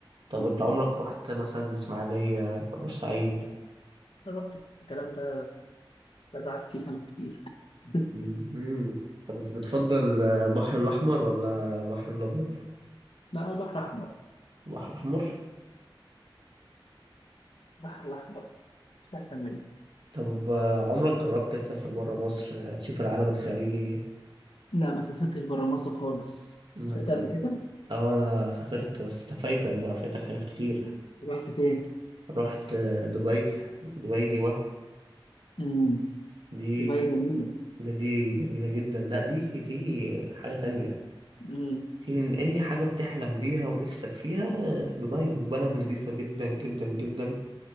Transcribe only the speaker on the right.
طب
انت عمرك رحت مثلا اسماعيليه بورسعيد
مم. طب بتفضل البحر الاحمر ولا البحر الابيض
البحر الاحمر
طب عمرك جربت تسافر برا مصر تشوف العالم الخارجي
ما
انت
اه انا سافرت بس فايتك بقى فايتك حاجات كتير
رحت دبي دبي دي وهم
دي
ده دي جميلة جدا لا دي دي حاجة تانية
دي من أي حاجة بتحلم بيها ونفسك فيها في دبي وبلد نضيفة جدا جدا جدا